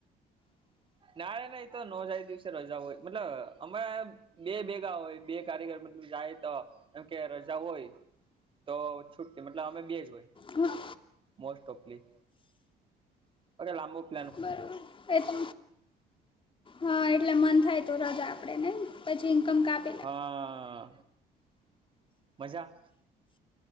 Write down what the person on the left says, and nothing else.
હા
બરોબર એતો. હા, એટલે મને મન થાય તો આપેને પછી ઈનકમ કાપવાની.